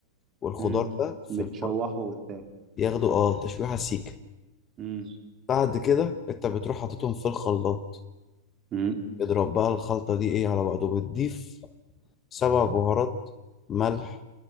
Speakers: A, on the left; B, on the right.
A: والخضار
B: امم
A: ده في
B: متشوحه
A: الفرن
B: وبتاع
A: ياخدوا اه تشويحة سيكة
B: امم
A: بعد كده انت بتروح حاططهم في الخلاط
B: امم
A: اضرب بقى الخلطة دي ايه على بعضه بتضيف سبع بهارات ملح